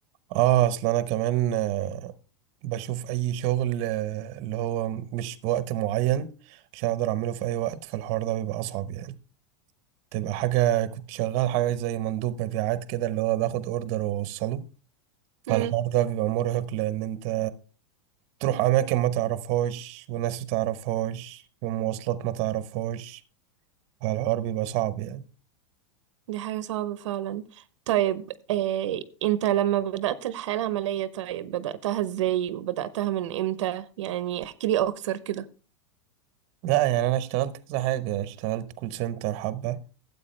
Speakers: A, on the right; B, on the right.
A: اه اصل انا كمان آه، بشوف اي شغل آه، اللي هو مش بوقت معين عشان اقدر اعمله في اي وقت فالحوار ده بيبقى اصعب يعني تبقى حاجة كنت شغال حاجة زي مندوب مبيعات كده اللي هو باخد اوردر واوصله فالحوار
B: امم
A: ده بيبقى مرهق لان انت تروح اماكن ما تعرفهاش وناس ما تعرفهاش ومواصلات ما تعرفهاش فالحوار بيبقى صعب يعني
B: دي حاجة صعبة فعلا طيب آه، انت لما بدأت الحياة العملية طيب بدأتها ازاي وبدأتها من امتى يعني احكيلي اكتر كده
A: لا يعني انا اشتغلت كذا حاجه اشتغلت كول سنتر حبه